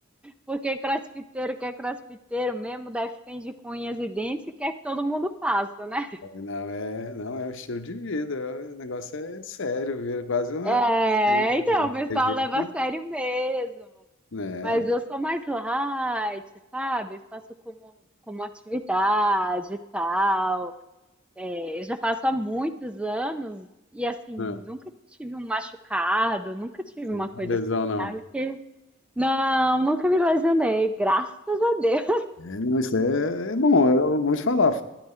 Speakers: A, in the centre; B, on the left (about 65°).
A: Porque crossfiteiro que é crossfiteiro mesmo, defende com unhas e dentes e quer que todo mundo faça, né?
B: Não, é, não, é um estilo de vida. é- O negócio é sério, vira quase uma
A: É,
B: seita,
A: então,
B: né?
A: o pessoal
B: Tem gente,
A: leva a sério mesmo.
B: né?
A: Mas eu sou mais light, sabe? Faço como, como atividade e tal. É, eu já faço há muitos anos e, assim,
B: Ah,
A: nunca tive um machucado, nunca tive
B: Sem
A: uma coisa
B: uma lesão,
A: assim,
B: não.
A: sabe? Porque, não, nunca me lesionei, graças a Deus.
B: É, não, isso é, é bom, eu vou te falar.